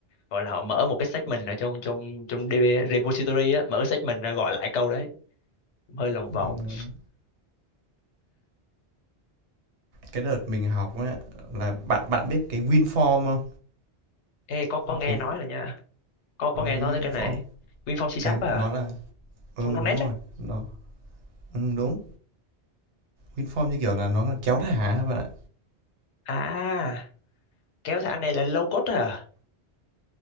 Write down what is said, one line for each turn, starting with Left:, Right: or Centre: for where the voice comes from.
Left: gọi là họ mở một cái statement ở trong trong trong DB repository á mở cái statement ra gọi lại câu đấy hơi lòng
Right: Ừ,
Left: vòng
Right: đúng. cái đợt mình học á là bạn bạn biết cái WinForm không?
Left: ê có có nghe
Right: Cái,
Left: nói rồi nha có có nghe
Right: WinForm
Left: nói tới cái này WinForm C#
Right: cái
Left: à
Right: nó là ừ
Left: From
Right: đúng
Left: .NET
Right: rồi
Left: á
Right: nó ừ, đúng WinForm như kiểu là nó là kéo thả các bạn ạ
Left: à kéo thả này là low code à